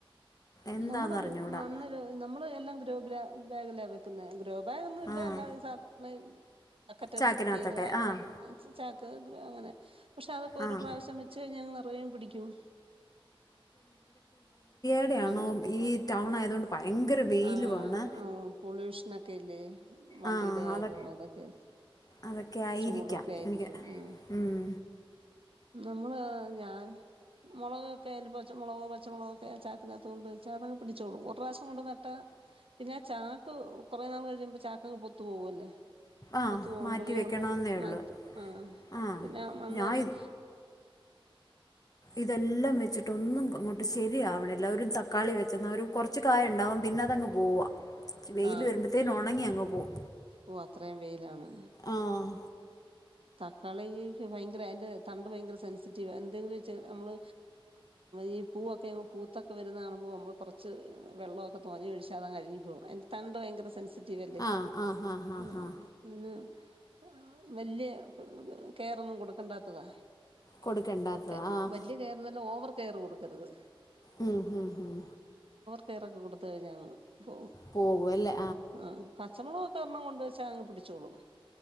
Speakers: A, on the left; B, on the right.
A: എന്താന്നറിഞ്ഞൂടാ
B: നമ്മള് മണ്ണിൽ നമ്മള് എല്ലാം ഗ്രോ ബാഗിലാ വെക്കുന്നെ ഗ്രോ ഗ്രോ ബേഗ് ഒന്നും ഇല്ലേ
A: ആഹ്
B: <unintelligible> ബക്കറ്റ്
A: ചാക്കിനകത്തൊക്കെ
B: പൊട്ടിയത് അങ്ങനെക്ക
A: ആഹ്
B: <unintelligible> ചാക്ക് ഗ്രൊ അങ്ങനെ പക്ഷെ അതൊക്കെ ഒരു
A: ആഹ്
B: പ്രാവശ്യം വച്ച് കഴിഞ്ഞാ <unintelligible> <unintelligible> പിടിക്കും
A: എവിടെയാണോ
B: മണ്ണ്
A: ഈ ടൗൺ ആയതുകൊണ്ട് ഭയങ്കര വെയിലുവാണ്
B: ആ <unintelligible> പൊളൂഷ നക്കെ ല്ലേ വണ്ടീടെ
A: ആഹ്
B: ആയാലും
A: അതൊ
B: അതൊക്കെ
A: അതൊക്കെ ആയിരിക്കാം
B: ചൂടു ഒക്കെ ആയിരിക്കും
A: എനിക്ക്
B: മ്
A: ഉം
B: നമ്മള് ഞാൻ മുളകൊക്കെ <unintelligible> പച്ച മുളകോ പച്ചമുളുകോ ഒക്കെ ചാക്കക്കിനകത്തുകൊണ്ട് വെച്ച അത് അങ് പിടിച്ചോളും ഒരു പ്രാവശ്യം കൊണ്ട് ന ട്ടാ പിന്നെ ആ ചാക്ക് കുറെ നാൾ കഴിയുമ്പ ചാക്കങ്ങ് പൊത്തു പോകുവല്ലേ
A: ആഹ്
B: കൊത്ത് പോകുമ്പഴേ
A: മാറ്റി വെക്കണമെന്നേ
B: ഒള്ള്
A: ഉള്ളൂ
B: മഴത്ത് ആ
A: ആഹ്
B: പിന്നെ മണ്ണ്
A: ഞാൻ
B: തന്നെ
A: ഇ ഇതെല്ലാം വെച്ചിട്ടൊന്നും അങ്ങോട്ട് ശരിയാവ്ണില്ല ഒരു തക്കാളി വെച്ചെന്നാൽ ഒര് കുറച്ച് കായ ഉണ്ടാകും പിന്നെ അതങ്ങ് പോവാ വെയില്
B: ആ
A: വരുമ്പത്തേന് ഉണങ്ങി അങ് പോവും
B: ഓ അത്രയും വെയിലാണ്
A: ആഹ്
B: തക്കാളിക്ക് ഭയങ്കര അതിന്റെ തണ്ട് ഭയങ്കര സെൻസിറ്റീവ് എന്തെങ്കിലും ചെർ ഞമ്മള് ഈ പൂവൊക്കെ അങ് പൂത്തൊക്കെ വരുന്ന കാണുമ്പോൾ നമ്മള് കുറച്ച് വെള്ളമൊക്കെ തോനെ ഒഴിച്ച അത് അങ്ങ് അഴുകി പോകും അതിന്റെ തണ്ട് ഭയങ്കര സെൻസി റ്റീവല്ലേ
A: ആഹ് ആഹ് ആഹ് ആഹ്
B: ആ
A: ആഹ്
B: ആ ആ വല്യ കെയറൊന്നും കൊടുക്കണ്ടാത്തതാ
A: കൊടുക്കണ്ടാത്തതാ
B: ക്കെ
A: ആഹ്
B: വല്യ കെയറന്നല്ല ഓവർ കെയർ കൊടുക്കര്ത്
A: ഉം ഹും ഹും
B: കെയറൊക്കെ കൊടുത്ത് കഴിഞ്ഞ അങ് ഓ
A: പോകും അല്ലേ
B: ആ പച്ച മുളക ക്കൊരണ്ണം കൊണ്ട് വെച്ചാ അങ്ങ് പിടിച്ചോളും